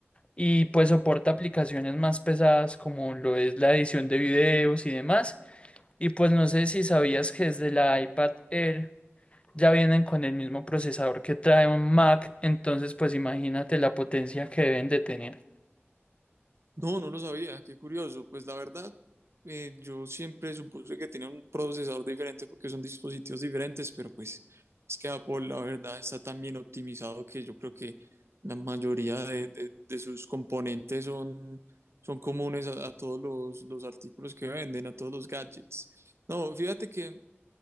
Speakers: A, on the left; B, on the right.
A: y pues soporta aplicaciones más pesadas como lo es la edición de videos y demás. Y pues no sé si sabías que desde la iPad Air ya vienen con el mismo procesador que trae un Mac, entonces pues imagínate la potencia que deben de tener.
B: No, no lo sabía, qué curioso. Pues la verdad, eh, yo siempre supuse que tenía un procesador diferente porque son dispositivos diferentes, pero pues es que Apple, la verdad, está tan bien optimizado que yo creo que la mayoría de, de- de sus componentes son, son comunes a, a todos los, los artículos que venden, a todos los gadgets. No, fíjate que